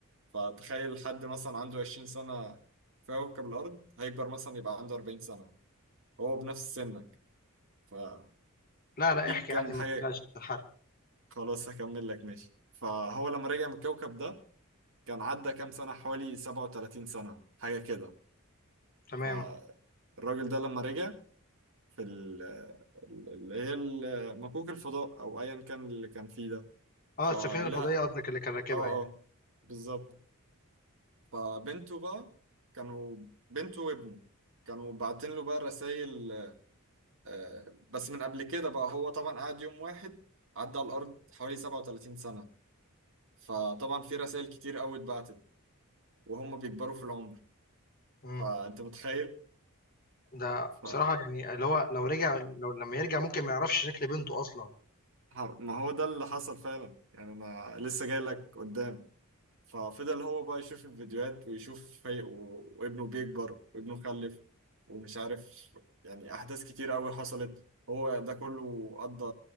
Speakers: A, on the right; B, on the left.
A: فتخيل حد مثلا عنده 20 سنة في كوكب الأرض هيكبر مثلا يبقى عنده 40 سنة وهو بنفس سنك ففي
B: لا لا احكي
A: كام
B: عادي
A: حاجة
B: ما تقلقش من الحرق
A: خلاص هكمل لك ماشي فهو لما رجع من الكوكب ده كان عدى كام سنة حوالي 37 سنة حاجة كده
B: تمام
A: فالراجل ده لما رجع في ال- ال- اللي هي ال- مكوك الفضاء أو أيا كان اللي كان فيه ده
B: اه
A: فلا
B: السفينة الفضائية قصدك اللي كان راكبها
A: اه
B: يعني
A: اه بالظبط فبنته بقى كانوا بنته وابنه كانوا باعتين له بقى رسائل آه، بس من قبل كده بقى هو طبعا قعد يوم واحد عدى على الأرض حوالي 37 سنة فطبعا في رسائل كتير قوي اتبعتت وهم بيكبروا في العمر
B: مم.
A: فأنت متخيل
B: ده
A: ف...
B: بصراحة يعني اللي هو لو رجع لو لما يرجع ممكن ما يعرفش شكل بنته أصلا
A: حر- ما هو ده اللي حصل فعلا يعني أنا لسه جاي لك قدام ففضل هو بقى يشوف الفيديوهات ويشوف هي... و... وابنه بيكبر وابنه خلف ومش عارف يعني أحداث كتير قوي حصلت هو ده كله قضى